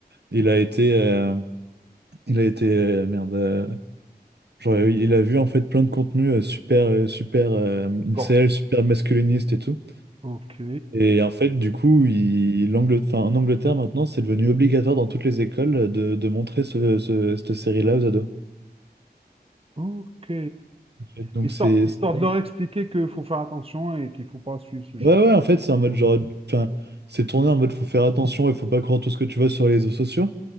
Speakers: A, on the right; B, on the right.
A: il a été, euh, il a été euh, merde, euh, genre il il a vu en fait plein de contenus euh, super, euh, super euh,
B: corps.
A: incel, super masculiniste et tout.
B: Ok.
A: Et en fait, du coup, il, l'Angle- enfin, en Angleterre maintenant, c'est devenu obligatoire dans toutes les écoles de, de montrer ce, ce- cette série-là aux ados.
B: Ok.
A: En fait, donc
B: Histoire,
A: c'est
B: histoire
A: c'est
B: de leur expliquer qu'il faut faire attention et qu'il faut pas suivre ce genre
A: Ouais, ouais, en fait, c'est
B: de...
A: en mode genre. Enfin, c'est tourné en mode faut faire attention et faut pas croire tout ce que tu vois sur les réseaux sociaux.